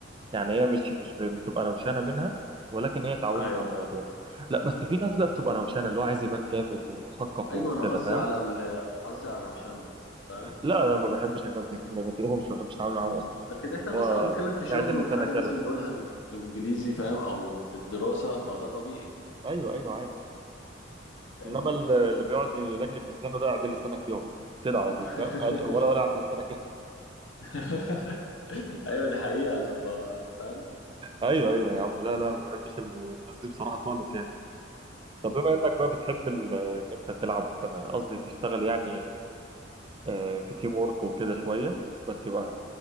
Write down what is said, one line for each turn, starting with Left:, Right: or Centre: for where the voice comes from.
Right: يعني هي مش مش ب- بتبقى روشانه منها ولكن هي اتعودت
Left: ايوه
Right: على الموضوع
Left: فاهم
Right: لا بس في ناس بقى بتبقى روشانه اللي هو عايز يبان جامد ومثقف
Left: ايوه
Right: وكده
Left: انا قصدي
Right: فاهم
Left: على ال قصدي على الروشنه فاهم
Right: لا انا ما بحبش الناس دي ما بطيقهمش ما بحبش اتعامل معاهم اصلا
Left: لكن احنا
Right: اللي
Left: مثلا
Right: هو
Left: بنتكلم في شغل
Right: اعدل
Left: وفي
Right: لسانك
Left: حاجه لازم
Right: يلا
Left: نقولها انجليزي فاهم او في الدراسه فده طبيعي
Right: ايوه ايوه عادي
Left: فاهمني
Right: انما ال- اللي بيقعد يلجلج لسانه ده اعدل لسانك يلا كده على طول
Left: <laughs>
Right: فاهم أعد- ولا ولا اعدل لسانك <laughs> يا.
Left: <laughs> ايوه دي حقيقة انا ب- فاهم
Right: ايوه ايوه يا عم لا لا ما بحبش ال- الناس دي بصراحه خالص يعني طب بما انك بقى بتحب ال- ان انت تلعب آه، قصدي تشتغل يعني آه، في تيم وورك وكده شويه بس يبقى